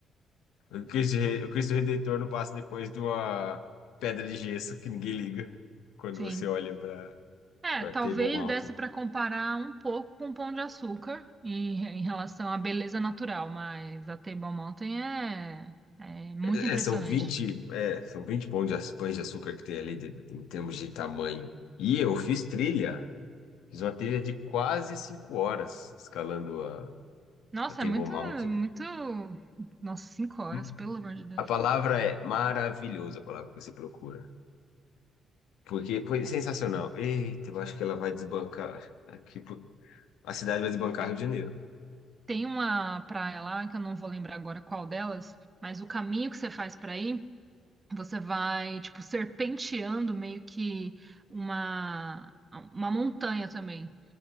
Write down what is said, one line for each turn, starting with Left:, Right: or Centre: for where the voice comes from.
Left: O Cristo, Re- o Cristo Redentor não passa depois de uma pedra de gesso que ninguém liga quando
Right: Sim.
Left: você olha para
Right: É,
Left: para
Right: talvez
Left: Table Mountain.
Right: desse para comparar um pouco com o Pão de Açúcar em, em relação à beleza natural, mas a Table Mountain é, é muito
Left: É,
Right: impressionante.
Left: é, são vinte é, são vinte pão de aç- pães de açúcar que tem ali de- em termos de tamanho. E eu fiz trilha, fiz uma trilha de quase 5 horas escalando a,
Right: Nossa,
Left: a Table
Right: é muito,
Left: Mountain.
Right: muito. Nossa, cinco horas,
Left: Hum.
Right: pelo amor de Deus.
Left: A palavra é maravilhosa, a palavra que você procura. Porque foi
Right: É,
Left: sensacional. Eita, eu acho que ela vai desbancar. Aqui, pro- a cidade vai desbancar Rio de Janeiro.
Right: Tem uma praia lá, que eu não vou lembrar agora qual delas, mas o caminho que você faz para ir. Você vai, tipo, serpenteando meio que uma, uma montanha também.